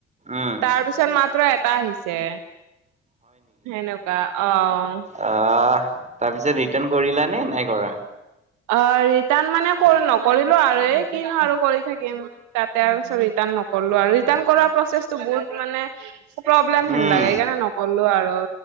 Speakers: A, on the right; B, on the right.
A: উম
B: তাৰ পিছত মাত্ৰ এটা আহিছে। সেনেকুৱা, অ'।
A: অ', তাৰপিছত ৰিটাৰ্ণ কৰিলা নে নাই কৰা?
B: অ, ৰিটাৰ্ণ মানে ক নকৰিলো আৰু এই কিনো আৰু কৰি থাকিম। তাতে আৰু ছ', ৰিটাৰ্ণ নকল্লো আৰু। ৰিটাৰ্ণ কৰা প্ৰছেছটো বহুত মানে প্ৰব্লেম হেন
A: উম
B: লাগে সেইকাৰণে নকল্লো আৰু